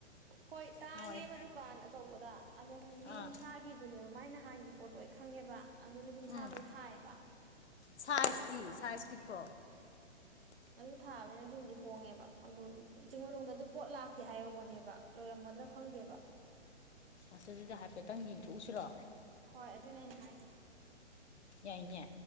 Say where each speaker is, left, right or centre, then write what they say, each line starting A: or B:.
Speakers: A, on the right; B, on the left.
A: ꯍꯣꯏ ꯇꯥꯡꯉꯦꯕ
B: ꯅꯍꯥꯟꯋꯥꯏ
A: ꯗꯨꯀꯥꯟ ꯑꯆꯧꯕꯗ ꯑꯗꯣ ꯍꯧꯖꯤꯛꯀꯤ
B: ꯑꯥ
A: ꯌꯨꯝꯁꯥꯒꯤ ꯑꯗꯨꯅꯦꯕ ꯃꯥꯏ ꯅꯍꯥꯟꯒꯤ ꯄꯣꯠꯇꯣ ꯑꯩ ꯈꯪꯉꯦꯕ ꯑꯗꯨꯅ ꯌꯨꯝꯁꯥ
B: ꯎꯝ
A: ꯂꯣꯏ ꯊꯥꯏꯌꯦꯕ
B: ꯁꯥꯏꯖꯇꯤ ꯁꯥꯏꯖ ꯄꯤꯛꯄ꯭ꯔꯣ
A: ꯑꯗꯨ ꯊꯥꯕꯅꯤꯅ ꯑꯗꯨꯝꯗꯤ ꯍꯣꯡꯉꯦꯕ ꯑꯗꯨ ꯆꯤꯡꯃꯩꯔꯣꯡꯗ ꯑꯗꯨ ꯄꯣꯠ ꯂꯥꯛꯇꯦ ꯍꯥꯏꯍꯧꯕꯅꯦꯕ ꯂꯣꯏꯔꯝꯃꯗ꯭ꯔꯥ ꯈꯪꯗꯦꯕ
B: ꯑꯁ ꯑꯗꯨꯗꯤ ꯍꯥꯏꯐꯦꯠꯇꯪ ꯌꯦꯡꯊꯣꯛꯎꯁꯤꯔꯣ
A: ꯍꯣꯏ ꯑꯗꯨꯅꯦ ꯑꯩꯅ ꯍꯥꯏꯁꯦ
B: ꯌꯥꯏꯅꯦ